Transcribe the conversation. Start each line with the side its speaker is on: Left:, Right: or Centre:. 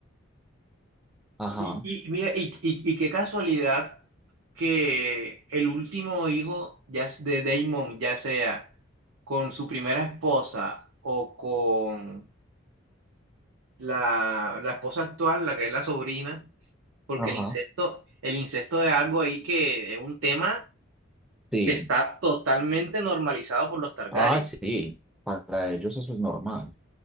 Centre: Ajá,
Right: Y, y mira, y, y- y qué casualidad que el último hijo ya s- de Damon, ya sea con su primera esposa o con la, la esposa actual, la que es la sobrina, porque
Centre: ajá,
Right: el incesto, el incesto es algo ahí que es un tema
Centre: sí.
Right: que está totalmente normalizado por los Targaryen.
Centre: Ah, sí, para ellos eso es normal,